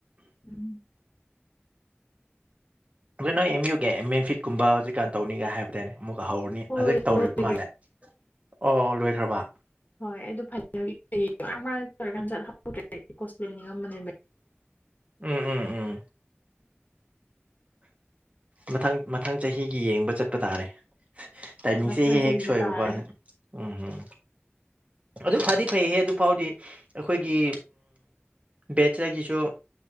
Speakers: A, on the left; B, on the right.
A: ꯎꯝ
B: ꯑꯗꯣ ꯅꯣꯏ ꯑꯦꯝ ꯌꯨ ꯃꯦꯟꯐꯤꯠꯀꯨꯝꯕ ꯍꯧꯖꯤꯛꯀꯥꯟ ꯇꯧꯅꯤꯒ ꯍꯥꯏꯕꯗꯥꯏꯅꯦ ꯑꯃꯨꯛꯀ ꯍꯧꯔꯅꯤ
A: ꯍꯣꯏ
B: ꯍꯧꯖꯤꯛ ꯇꯧꯔꯤꯕ
A: ꯂꯣꯏꯈ꯭ꯔꯦ
B: ꯃꯥꯅꯦ ꯑꯣ ꯂꯣꯏꯈ꯭ꯔꯕ
A: ꯍꯣꯏ ꯑꯗꯨ ꯐꯥꯏꯅꯦꯜꯒꯤ ꯀꯩꯒꯤ ꯃꯔꯥꯡ ꯃꯔꯥꯡ ꯇꯧꯔꯤꯀꯥꯟ ꯆꯠꯂꯧꯗꯔꯦ ꯏꯀꯣꯁ ꯌꯦꯡꯅꯤꯡꯉꯥꯝꯕꯅꯦ
B: ꯎꯝ ꯎꯝ ꯎꯝ ꯃꯊꯪ ꯃꯊꯪ ꯆꯍꯤꯒꯤ ꯌꯦꯡꯕ ꯆꯠꯄ ꯇꯥꯔꯦ ꯇꯥꯏꯃꯤꯡꯁꯦ
A: ꯃꯊꯪ
B: ꯍꯦꯛ
A: ꯆꯍꯤꯗ
B: ꯍꯦꯛ ꯁꯣꯏꯕꯀꯣ
A: ꯇꯥꯔꯦ
B: ꯎꯝ ꯎꯝ ꯑꯗꯨ ꯐꯗꯤ ꯐꯩꯍꯦ ꯑꯗꯨ ꯐꯥꯎꯗꯤ ꯑꯩꯈꯣꯏꯒꯤ ꯕꯦꯠꯆꯗꯒꯤꯁꯨ